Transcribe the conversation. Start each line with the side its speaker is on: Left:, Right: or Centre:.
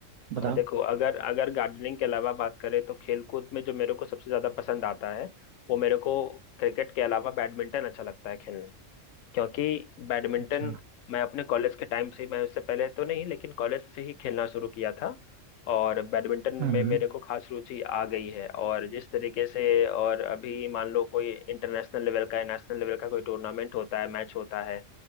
Right: बताओ
Left: हाँ देखो अगर अगर गार्डनिंग के अलावा बात करें तो खेलकूद में जो मेरे को सबसे ज्यादा पसंद आता है वो मेरे को क्रिकेट के अलावा बैडमिंटन अच्छा लगता है खेलना क्योंकि बैडमिंटन
Right: अच्छा
Left: मैं अपने कॉलेज के टाइम से मैं उससे पहले तो नहीं लेकिन कॉलेज से ही खेलना शुरू किया था और बैडमिंटन
Right: हम्म
Left: में मेरे को खास रुचि आ गई है और जिस तरीके से और अभी मान लो कोई इंटरनेशनल लेवल का या नेशनल लेवल का कोई टूर्नामेंट होता है मैच होता है